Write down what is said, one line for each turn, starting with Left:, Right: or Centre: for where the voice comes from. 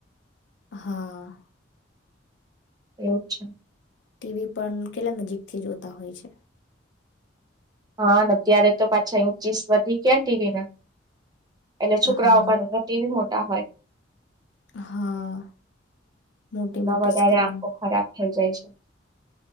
Left: હા.
Right: એવું છે.
Left: ટી વી પણ કેટલા નજીક થી જોતા હોય છે.
Right: હા, અત્યારે તો પાછા યુ ચીસ વધી ગયા ના ટવી ના. એટલે છોકરાઓ
Left: હા
Right: પાછા ટી વી માં તા હોય.
Left: હા, મોટી
Right: એમાં
Left: મોટી
Right: વધારે
Left: સ્ક્રીન.
Right: આંખો ખરાબ થઈ જાય છે